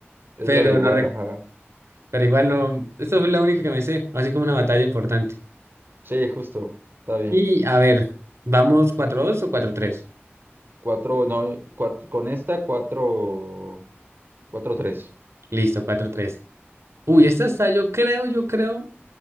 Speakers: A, on the right; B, on the right.
A: es
B: Pero
A: la de igual,
B: no rec-
A: ajá.
B: Pero igual no. Esta fue la única que me sé. Así como una batalla importante.
A: Sí, justo, está bien.
B: Y a ver, vamos cuatro dos o cuatro tres.
A: Cuatro, no, cuat- con esta, cuatro, cuatro, tres.
B: Listo, cuatro tres. Uy, esta está, yo creo, yo creo